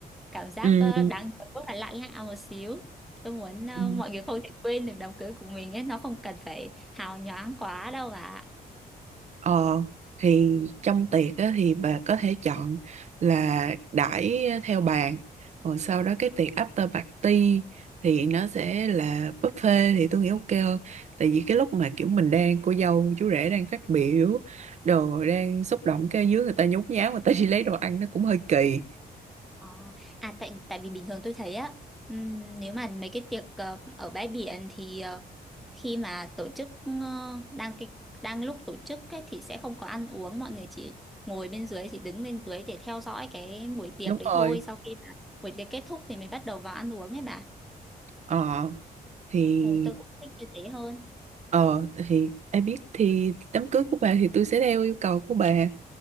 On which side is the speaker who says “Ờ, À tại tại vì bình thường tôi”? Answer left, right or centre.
Centre